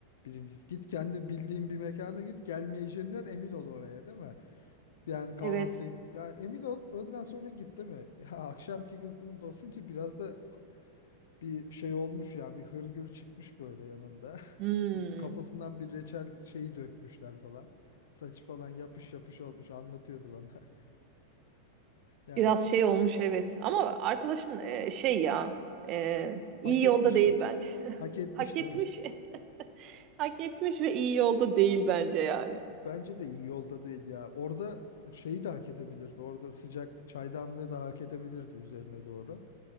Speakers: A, on the left; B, on the right.
A: Birincisi git kendi bildiğin bir mekana git gelmeyeceğinden emin ol oraya değil mi? Yani kahvaltı
B: Evet.
A: ya emin ol önden sonra git değil mi? Ya akşamki kız bunu basınca biraz da bir şey olmuş ya bir hırgür çıkmış böyle yanında. <laughs>
B: Hmm.
A: Bir Kafasından bir reçel şeyi dökmüşler falan. Saçı falan yapış yapış olmuş anlatıyordu bana. <laughs> Ya
B: Biraz şey olmuş evet. Ama arkadaşın e, şey ya e, iyi
A: hak etmiş
B: yolda değil
A: mi?
B: bence. <laughs>
A: Hak etmiş
B: Hak etmiş.
A: değil mi?
B: <laughs> Hak etmiş ve iyi yolda değil bence yani.
A: Bence de iyi yolda değil ya. Orada şeyi de hak edebilirdi. Orada sıcak çaydanlığı da hak edebilirdi üzerine doğru.